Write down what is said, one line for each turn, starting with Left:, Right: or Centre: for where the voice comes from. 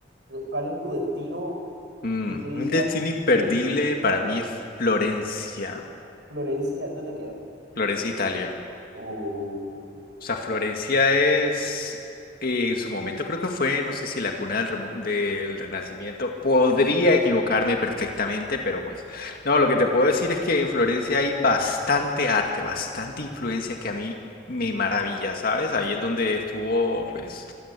Right: ¿Cuál es tu destino
Left: Mm,
Right: que tú dirías,
Left: un destino imperdible
Right: si me lo dicen
Left: para
Right: ya,
Left: mí es Florencia,
Right: Florencia, ¿dónde queda?
Left: Florencia, Italia.
Right: O,
Left: O sea, Florencia es, eh, en su momento creo que fue, no sé si la cuna del, remo- del Renacimiento. Podría equivocarme perfectamente, pero pues, no, lo que te puedo decir es que en Florencia hay bastante arte, bastante influencia que a mí me maravilla, ¿sabes? Ahí es donde estuvo, pues,